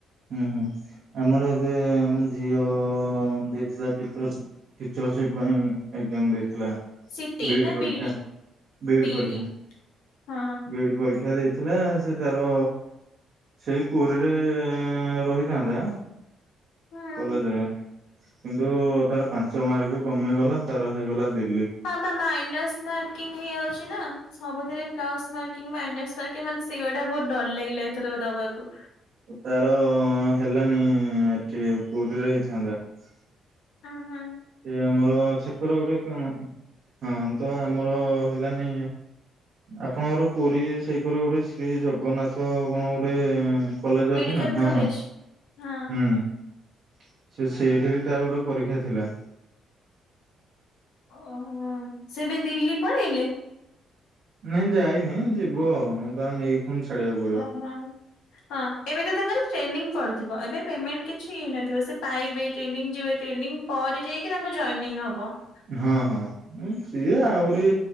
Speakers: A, on the right; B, on the left.
A: ହୁଁ ହୁଁ ଆମର ଏବେ ଆମ ଝିଅ ଦେଇଥିଲା ଟିଚରସ୍ ଟିଚ ରୋଷେଇ କଉଁ ଏଗଜାମ୍ ଦେଇଥିଲା ।
B: ସିଟି
A: ବି ଡି
B: ନା
A: ପରୀକ୍ଷା
B: ବିଇଡି
A: ବି
B: ବିଇଡି
A: ଡି ପରୀକ୍ଷା
B: ହଁ
A: ବି ଡି ପରୀକ୍ଷା ଦେଇ ଥିଲା ସେ ତାର ସେଇ ପୁରୀରେ ଏଁ ରହିଥାନ୍ତା।
B: ହଁ।
A: କଲେଜ ରେ କିନ୍ତୁ ତାର ପାଞ୍ଚ ମାର୍କ କମିଗଲା ତାର ହେଇଗଲା ଦି
B: ହଁ ବା ମାଇନାସ୍ ମାର୍କିଂ ହେଇଯାଉଛି ନା ସବୁଥିରେ ପ୍ଲସ୍ ମାର୍କିଂ ମାଇନାସ୍‌ ମାର୍କିଂ ମାତେ ସେଇଗୁଡା ବହୁତଡର ଲାଗିଲା ଏଥର ଦବାକୁ।
A: ହଁ ତାର ହେଲାନି ଏଠି ପୁରୀରେ ହେଇଥାନ୍ତା ।
B: ଉଁ ହୁଁ ।
A: ସେ ଆମର ଛେକରେ ଗୋଟେ କଣ ହଁ ତ ଆମର ହେଲାନି ଆପଣଙ୍କର ପୁରୀ ସେଇକର ଗୋଟେ ଶ୍ରୀ ଜଗନ୍ନାଥ କଣ ଗୋ ଟେ କଲେଜ
B: ମେଡିକାଲ
A: ଅଛି ନା ହଁ
B: କଲେଜ
A: ହଁ
B: ହଁ।
A: ହୁଁ ସେ ସେ ସେଇଠି ବି ତାର ଗୋଟେ ପରୀକ୍ଷା ଥିଲା ।
B: ଓ ହୋ ସେ ଏବେ ଦିଲ୍ଲୀ ପଳେଇଲେ?
A: ନାଇଁ ଯାଇନି ଯିବୁ ଆଉ ତାକୁ ନେଇକି ପୁଣି ଛାଡିବାକୁ ପଡିବ
B: ଓ ହୋ । ହଁ ଏବେ ତ ତାଙ୍କର ଟ୍ରେନିଂ ପଡିଯିବ ଏବେ ପେମେଣ୍ଟ କିଛି ହେଇନଥିବ ସେ ପାଇବେ। ଟ୍ରେନିଂ ଯିବେ ଟ୍ରେନିଂ ପରେ ଯାଇକି ତାଙ୍କ ଜଏନିଂ ହବ ।
A: ହଁ ହଁ ସିଏ ଆହୁରି